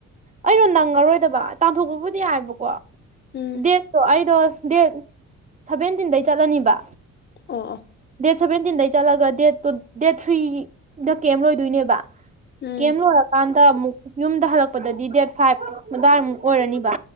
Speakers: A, on the right; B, on the left.
A: ꯑꯩꯩꯅꯣ ꯅꯪꯉꯔꯣꯏꯗꯕ ꯇꯥꯟꯊꯣꯛꯄꯕꯨꯗꯤ ꯌꯥꯏꯕꯀꯣ
B: ꯎꯝ
A: ꯗꯦꯠ ꯇꯣ ꯑꯩꯗꯣ ꯗꯦꯠ ꯁꯚꯦꯟꯇꯤꯟꯗꯩ ꯆꯠꯂꯅꯤꯕ
B: ꯑꯣ ꯑꯣ
A: ꯗꯦꯠ ꯁꯚꯦꯟꯇꯤꯟꯗꯩ ꯆꯠꯂꯒ ꯗꯦꯠ ꯗꯦꯠ ꯊ꯭ꯧꯔꯤꯗ ꯀꯦꯝ ꯂꯣꯏꯗꯣꯏꯅꯦꯕ
B: ꯎꯝ
A: ꯀꯦꯝ ꯂꯣꯔꯀꯥꯟꯗ ꯑꯃꯨꯛ ꯌꯨꯝꯗ ꯍꯜꯂꯛꯄ ꯗꯤ ꯗꯦꯠ ꯐꯥꯏꯚ ꯑꯗꯨꯋꯥꯏꯃꯨꯛ ꯑꯣꯏꯔꯅꯤꯕ